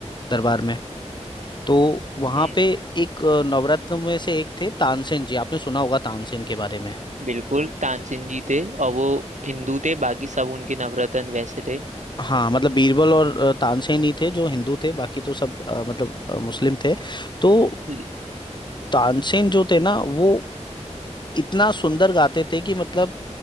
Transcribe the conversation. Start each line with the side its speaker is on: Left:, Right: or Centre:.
Left: दरबार में तो वहां
Right: हम्म
Left: पे एक अ, नवरत्न में से एक थे तानसेन जी आपने सुना होगा तानसेन के बारे में
Right: बिल्कुल तानसेन जी थे और वो हिंदू थे बाकी सब उनके नवरत्न वैसे थे
Left: हाँ मतलब बीरबल और अ, तानसेन ही थे जो हिंदू थे बाकी तो सब अ, मतलब अ, मुस्लिम थे तो
Right: ल-
Left: तानसेन जो थे ना वो इतना सुंदर गाते थे कि मतलब